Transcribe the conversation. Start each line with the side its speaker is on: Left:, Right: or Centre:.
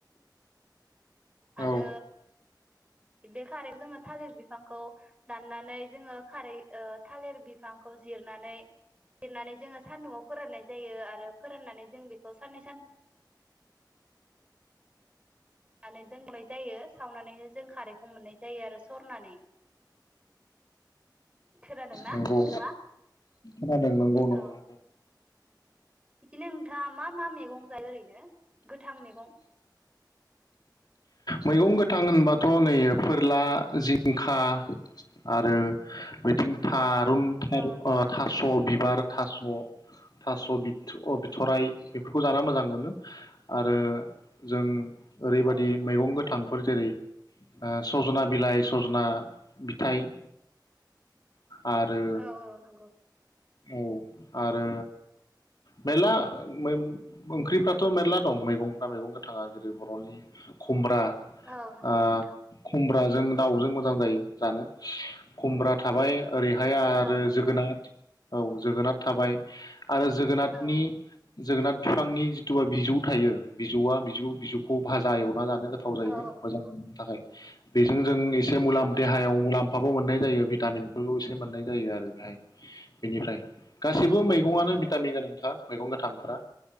Right: आरो
Left: औ
Right: बे खारै जोङो थालिर बिफांखौ दाननानै जोङो खारै ओ थालिर बिफांखौ जिरनानै जिरनानै जोङो सान्दुंआव फोराननाय जायो आरो फोराननानै जों बेखौ साननै सान नानै दोननाय जायो। सावनानैनो जों खारै मोननाय जायो आरो सरनानै खोनादोंना
Left: नंगौ
Right: नोंथाङा
Left: खोनादों नंगौ नंगौ
Right: औ इदिनो थाङा मा मा मैगं जायो ओरैनो? गोथां मेगं
Left: मैगं गोथां होनबाथ' नै फोरला जिंखा आरो बिथिं था रुन थारु
Right: औ
Left: ओ
Right: नंगौ
Left: थास' बिबार थास' थास' बिथ' बिथराय बेफोरखौ जाना मोजां मोनो आरो जों ओरैबादि
Right: औ नंगौ
Left: मैगं गोथां फोर जेरै ओ सजना बिलाइ सजना बिथाइ आरो
Right: औ औ नंगौ।
Left: औ आरो मेल्ला मोन ओंख्रिफ्राथ मेरला दं मैगंफ्रा मैगं गोथाङा जेरै बर'नि खुमब्रा
Right: औ नंगौ
Left: ओ
Right: नोंथां
Left: खुमब्राजों दाउजों मोजां जायो। जानो खुमब्रा थाबाय ओरैहाय आरो
Right: औ नंगौ
Left: जोगोनाद औ जोगोनार थाबाय। आरो जोगोनादनि
Right: औ
Left: जोगोनाद फिफांनि जिथुबा बिजौ थायो बिजौआ बिजौ बिजौखौ भाजा एव मा जादों। थाव जायो
Right: औ औ
Left: मोजां
Right: नंगौ
Left: थाखाय बेजों जोंनि से मुलाम
Right: औ नोंथां
Left: देहायाव मुलाम मोननाय जायो भिटामिनफोरखौ इसे मोननाय जायो आरो बेहाय बिनिफ्राय गा गासैबो मैगङानो
Right: औ
Left: भिटामिन गोनांखा मैगं गोथांफोरा